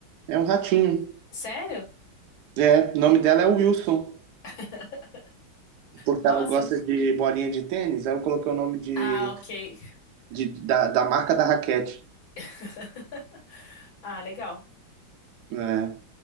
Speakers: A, on the right (about 70°); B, on the left (about 75°).
A: É um ratinho.
B: Sério?
A: É, o nome dela é Wilson,
B: <laughs>
A: porque
B: Nossa.
A: ela gosta de bolinha de tênis. Aí eu coloquei o nome de,
B: Ah, ok.
A: de- da, da marca da raquete.
B: <laughs> Ah, legal.
A: né?